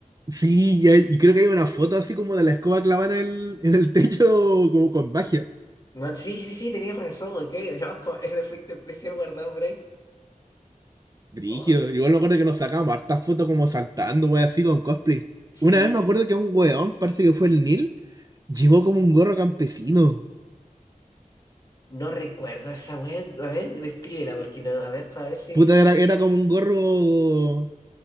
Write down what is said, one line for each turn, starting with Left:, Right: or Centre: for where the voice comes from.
Right: Sí, y, hay- y creo que hay una foto así como de la escoba clavada en el, en el techo, como con magia.
Left: No, sí, sí, sí, tenías razón, ok, <laughs> tenemos como ese efecto especial guardado por ahí.
Right: Brígido.
Left: Oh,
Right: Igual me acuerdo que nos sacábamos hartas fotos como saltando, wey, así con cosplay.
Left: sí,
Right: Una vez me acuerdo que un weón, parece que fue el Neil, llevó como un gorro campesino.
Left: no recuerdo esa weá. A ver, descríbela, porque no, a ver, para ver si.
Right: Puta, era, era como un gorro